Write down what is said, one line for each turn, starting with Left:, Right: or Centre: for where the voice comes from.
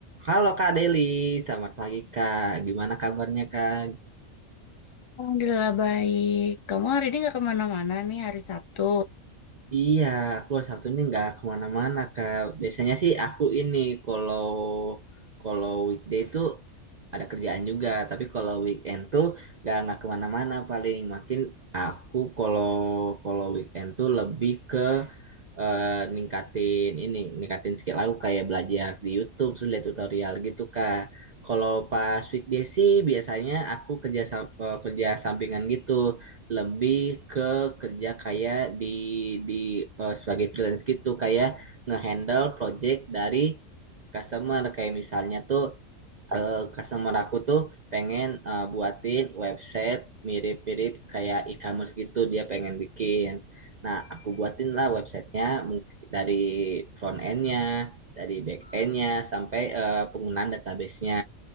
Right: Halo Kak Deli, selamat pagi Kak. Gimana kabarnya Kak?
Left: Alhamdulillah baik. Kamu hari ini nggak kemana-mana nih hari Sabtu.
Right: Iya, aku hari Sabtu ini nggak kemana-mana Kak. Biasanya sih aku ini kalau kalau weekday itu ada kerjaan juga, tapi kalau weekend tuh nggak nggak kemana-mana paling. Makin aku kalau kalau weekend tuh lebih ke eh, ningkatin ini, ningkatin skill aku kayak belajar di YouTube terus lihat tutorial gitu Kak. Kalau pas weekday sih biasanya aku kerja sam- eh, kerja sampingan gitu, lebih ke kerja kayak di di eh, sebagai freelance gitu kayak ngehandle project dari customer kayak misalnya tuh eh, customer aku tuh pengen eh, buatin website mirip-mirip kayak e-commerce gitu dia pengen bikin. Nah, aku buatin lah websitenya mungkin dari front endnya, dari back endnya, sampai eh, penggunaan databasenya.